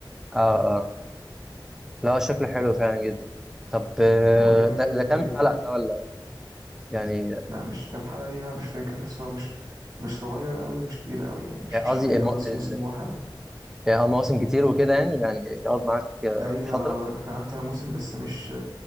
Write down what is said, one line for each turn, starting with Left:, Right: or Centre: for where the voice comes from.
Centre: اه
Right: فاهم
Centre: آه. لا شكله حلو فعلا جدا طب آه،
Right: هو جامد
Centre: ده ده
Right: جدا
Centre: كام
Right: جدا
Centre: حلقة ده ولا يعني
Right: لا مش كام حلقة دي بقى مش فاكر بس هو مش مش صغير قوي ومش كبير قوي يعني مش
Centre: يعني
Right: مش
Centre: قصدي
Right: هتلاقيه
Centre: المو-
Right: يخلص
Centre: ال-
Right: موسم واحد
Centre: يعني مواسم كتير وكده يعني يعني يقعد معاك آه،
Right: تقريبا
Centre: فترة
Right: اه كان اكتر من موسم بس مش